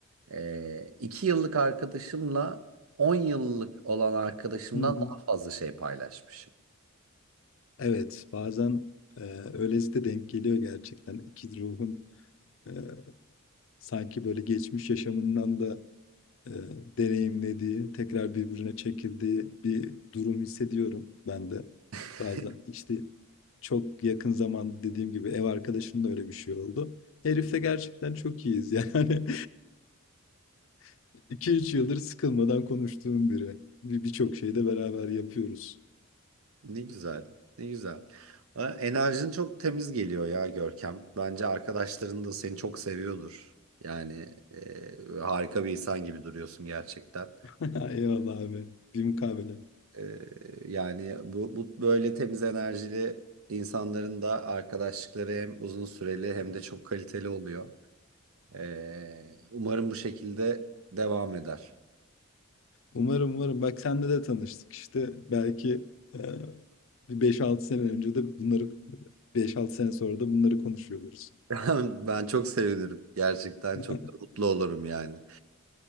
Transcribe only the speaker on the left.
Hı hı.
Evet, bazen e, öylesi de denk geliyor gerçekten. İki ruhun e, sanki böyle geçmiş yaşamından da e, deneyimlediği, tekrar birbirine çekildiği bir durum hissediyorum ben de.
Bazen işte çok yakın zamanda dediğim gibi ev arkadaşımla öyle bir şey oldu. Herifle gerçekten çok iyiyiz yani. <laughs> iki üç yıldır sıkılmadan konuştuğum biri. Bir birçok şeyi de beraber yapıyoruz.
<laughs> Eyvallah abi. Bir mukabele.
Umarım umarım. Bak senle de tanıştık işte. Belki e, bir beş altı sene önce de bunları beş altı sene sonra da bunları konuşuyoruz.
<laughs>